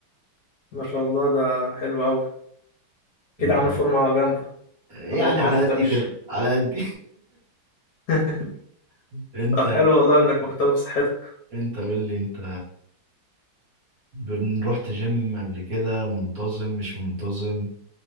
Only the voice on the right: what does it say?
أنت
يعني
على
قد كده على قد
<laughs> أنت
أنت قول لي أنت بن- رحت جيم قبل كده منتظم مش منتظم